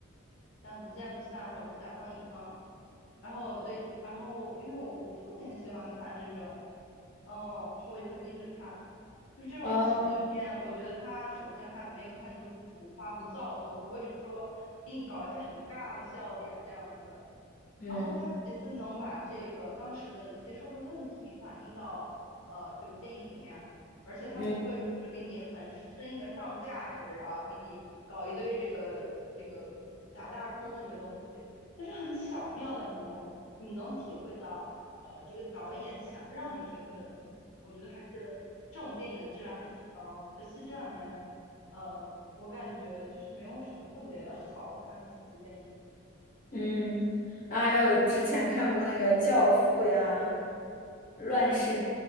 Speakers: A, on the left; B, on the left.
A: 咱不见不散，或者是甲方乙方。然后对，然后因为我我父亲很喜欢看这种，哦，然后我也会跟着看，就是这种喜剧片，
B: 哦，
A: 我觉得它首先它没有像你说不浮夸、不造作，不会就是说给你搞一些很尬的笑点这样子。
B: 嗯
A: 然后他其次能把这个当时的一些社会问题反映到呃这个电影里面，而且他不会就是给你很生硬的上价值啊，
B: 嗯
A: 给你搞一堆这个这个假大空的这个东西，但是很巧妙的你能你能体会到呃这个导演想让你体会的东西，我觉得还是这种电影的质量还是挺高的，可惜这两年呃我感觉就是没有什么特别好看的喜剧电影。
B: 嗯，然后还有之前看过那个《教父》呀，《乱世佳
A: 嗯，